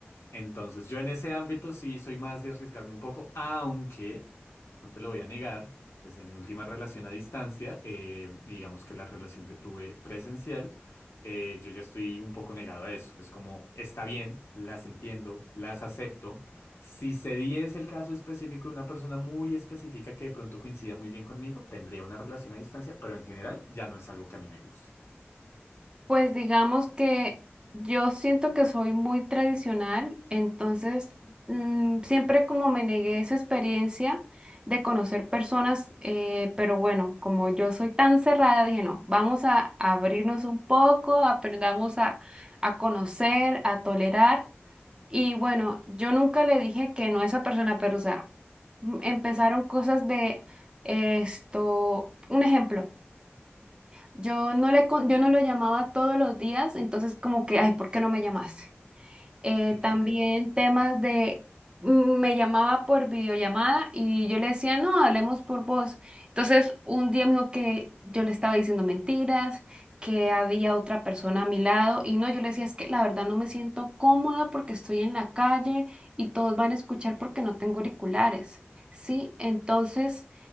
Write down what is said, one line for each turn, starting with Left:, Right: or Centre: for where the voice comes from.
Left: Entonces, yo en ese ámbito sí soy más de arriesgarme un poco, aunque, no te lo voy a negar, desde mi última relación a distancia, eh, digamos que la relación que tuve presencial, eh, yo ya estoy un poco negado a eso. Es como, está bien, las entiendo, las acepto. Si se diese el caso específico de una persona muy específica que de pronto coincida muy bien conmigo, tendría una relación a distancia, pero en general ya no es algo que a mí me guste.
Right: Pues digamos que yo siento que soy muy tradicional, entonces mm, siempre como me negué esa experiencia de conocer personas, eh, pero bueno, como yo soy tan cerrada, dije, no, vamos a abrirnos un poco, aprendamos a, a conocer, a tolerar. Y bueno, yo nunca le dije que no a esa persona, pero o sea, m- empezaron cosas de esto, un ejemplo. Yo no le, con- yo no lo llamaba todos los días, entonces como que, ay, ¿por qué no me llamaste? Eh,
Left: Ok,
Right: también temas de, mm, me llamaba por videollamada y yo le decía, no, hablemos por voz. Entonces un día me dijo que yo le estaba diciendo mentiras, que había otra persona a mi lado y no, yo le decía, es que la verdad no me siento cómoda porque estoy en la calle y todos van a escuchar porque no tengo auriculares. Sí, entonces